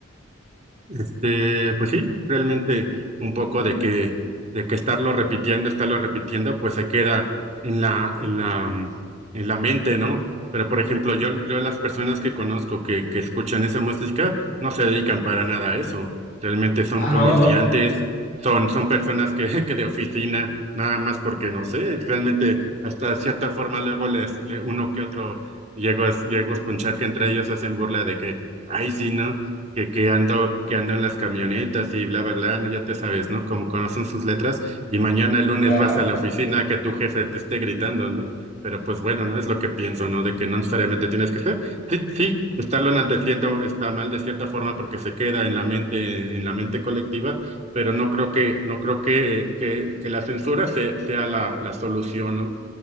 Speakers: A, on the right; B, on the left.
A: Este, pues sí, realmente un poco de que, de que estarlo repitiendo, estarlo repitiendo, pues se queda en la, en la, mm, en la mente, ¿no? Pero por ejemplo, yo, yo las personas que conozco que, que escuchan esa música no se dedican para nada a eso. Realmente son
B: Ah,
A: comerciantes,
B: no, no.
A: son, son personas que, <laughs> que de oficina, nada más porque no sé, realmente hasta cierta forma luego les, le- uno que otro llego a, llego a escuchar que entre ellos hacen burla de que, ay, sí, ¿no? que, que ando, que ando en las camionetas y bla, bla, bla, no, ya te sabes, ¿no? Como conocen sus letras, y mañana el lunes
B: Claro.
A: vas a la oficina a que tu jefe te esté gritando, ¿no? Pero pues bueno, no es lo que pienso, ¿no? De que no necesariamente tienes que ser. Sí, sí, estarlo enalteciendo está mal de cierta forma porque se queda en la mente, en la mente colectiva, pero no creo que, no creo que, que, que la censura sea, sea la, la solución, ¿no?